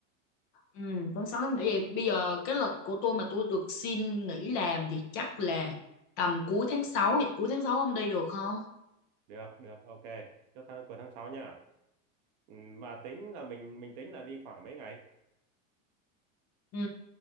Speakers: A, on the left; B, on the right.
A: Ừ, con 6 tháng nghỉ vậy bây giờ cái lịch của tôi mà tôi được xin nghỉ làm thì chắc là tầm cuối tháng 6, vậy cuối tháng 6 ông đi được không?
B: được được ok cho tháng cuối tháng 6 nha ừ, mà tính là mình mình tính là đi khoảng mấy ngày
A: Ừ,